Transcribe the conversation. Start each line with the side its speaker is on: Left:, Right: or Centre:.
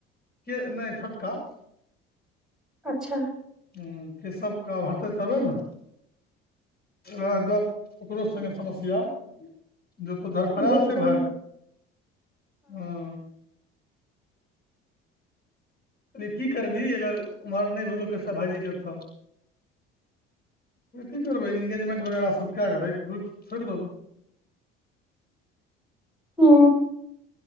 Left: के नय छोटका
Centre: अच्छा
Left: हूँ के सबके आब हटतै तबे न ओएह गप्प ओकरो संगे समस्या जे तो धरफड़यल
Centre: भोग
Left: छै
Centre: पर
Left: भाय हँ अरे की करबिही अगर ऊमर नय भेलौ सब भाजीके तऽ की करबै इंगेजमेंट वगैरह सभ कए कऽ रहै रुकि छोड़ि देबै
Centre: ओ